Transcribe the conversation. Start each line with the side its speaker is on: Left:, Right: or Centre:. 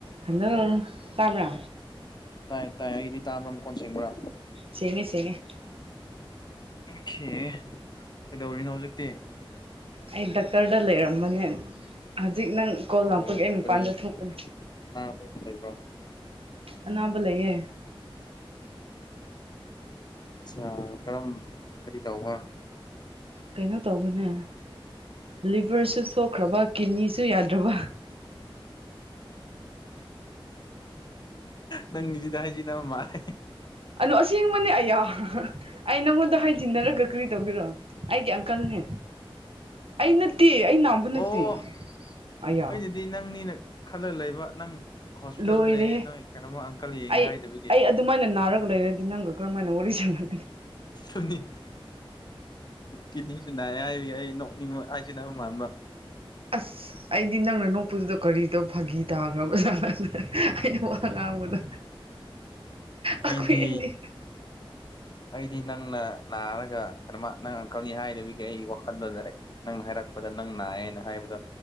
Right: hello ꯇꯥꯕ꯭ꯔꯥ
Left: ꯇꯥꯏ ꯇꯥꯏ ꯑꯩꯗꯤ ꯇꯥꯕ꯭ꯔꯥ ꯀꯣꯟ ꯁꯦꯡꯕ꯭ꯔꯥ
Right: ꯁꯤꯉ ꯁꯤꯦꯡꯉ
Left: ꯀꯩꯗꯧꯔꯤꯅꯣ ꯍꯧꯖꯤꯛꯇꯤ
Right: ꯑꯩ ꯗꯀꯔꯗ ꯂꯩꯔꯝꯕꯅꯦ ꯍꯧꯖꯤꯛ ꯅꯪ ꯀꯣꯜ
Left: ꯑꯣ
Right: ꯂꯥꯛꯄꯒꯤ ꯑꯩ ꯃꯄꯥꯟꯗ
Left: ꯀꯔꯤ
Right: ꯊꯣꯛꯄꯅꯦ
Left: ꯑꯅꯥꯕ ꯑꯃ ꯂꯩꯕ꯭ꯔꯣ
Right: ꯑꯅꯥꯕ ꯂꯩꯌꯦ
Left: ꯑ ꯀꯔꯝ ꯀꯔꯤ ꯇꯧꯕ
Right: ꯀꯩꯅꯣ ꯇꯧꯕꯅꯦ ꯂꯤꯚꯔꯁꯨ ꯁꯣꯛꯈ꯭ꯔꯕ ꯀꯤꯅꯤꯁꯨ ꯌꯥꯗ꯭ꯔꯕ
Left: ꯅꯪꯖꯤꯗꯥꯖꯤꯅ ꯃꯥꯅꯦꯦ
Right: ꯑꯅꯣ ꯑꯁꯦꯡꯕꯅꯦ ꯑꯩꯌꯥ ꯑꯩ ꯅꯪꯉꯣꯟꯗ ꯍꯥꯏꯖꯤꯟꯅꯔꯒ ꯀꯔꯤ ꯇꯧꯒꯔꯣ ꯑꯩꯒꯤ ꯑꯪꯀꯜꯅꯦ ꯑꯩ ꯅꯠꯇꯦ ꯑꯩ ꯅꯥꯕ ꯅꯠꯇꯦ
Left: ꯑꯣ
Right: ꯑꯌꯥ
Left: ꯑꯩꯅꯗꯤ ꯅꯪꯅꯤꯅ ꯈꯜꯂ ꯂꯩꯕ ꯅꯪ ꯍꯣꯁꯄꯤꯇꯥꯜꯗ
Right: ꯂꯣꯏꯔꯦ
Left: ꯂꯩꯌꯦ ꯅꯣꯏ ꯀꯩꯅꯣꯃ ꯑꯪꯀꯜ ꯌꯦꯡꯉꯦ
Right: ꯑꯩ
Left: ꯍꯥꯏꯗꯕꯒꯤ
Right: ꯑꯩ ꯑꯗꯨꯃꯥꯏꯅ ꯅꯥꯔꯒ ꯂꯩꯔꯗꯤ ꯅꯪꯒ ꯀꯔꯝ ꯍꯥꯏꯅ ꯋꯥꯔꯤ ꯁ ꯊꯪꯒꯅꯤ
Left: ꯀꯅꯤ ꯀꯅꯤꯁꯨꯅꯅꯤꯡꯉ ꯑꯖꯤꯅ ꯃꯥꯟꯕꯕ
Right: ꯑꯁ ꯑꯩꯗꯤ ꯅꯪꯅ ꯅꯣꯛꯄꯗꯨꯗ ꯀꯔꯤꯗꯣ ꯐꯥꯒꯤ ꯇꯥꯈ꯭ꯔꯕꯖꯥ ꯑꯩꯅ ꯑꯉꯥꯡꯕꯗꯣ ꯑꯩꯈꯣꯏ
Left: ꯑꯩꯗꯤ
Right: ꯑꯅꯤ
Left: ꯑꯩꯗꯤ ꯅꯪꯅ ꯅꯥꯔꯒ ꯀꯩꯅꯣ ꯅꯪ ꯑꯪꯀꯜꯅꯤ ꯍꯥꯏꯗꯕꯤꯒꯤ ꯑꯩ ꯋꯥꯈꯜꯗꯖꯔꯦꯛ ꯅꯪꯅ ꯍꯥꯏꯔꯛꯄ ꯗ ꯅꯪ ꯅꯥꯑꯦꯅ ꯍꯥꯏꯕꯗꯣ